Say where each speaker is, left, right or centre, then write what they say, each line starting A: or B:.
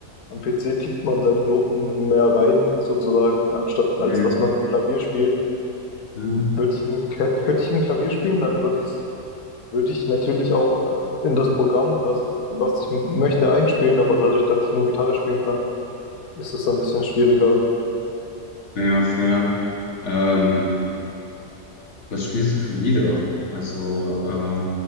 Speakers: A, on the left; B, on the left.
A: Am PC klickt man seine Noten mehr rein, sozusagen, anstatt
B: hm,
A: als dass man Klavier spielt.
B: ja,
A: Würde ich ein, hätt- könnte ich ein Klavier spielen, dann würde ich, würde ich natürlich auch äh, in das Programm, das, was ich m- möchte, einspielen, aber dadurch, dass ich nur Gitarre spielen kann, ist es dann ein bisschen schwieriger.
B: fair, fair. Ähm, was spielst du für Lieder? Also, äh,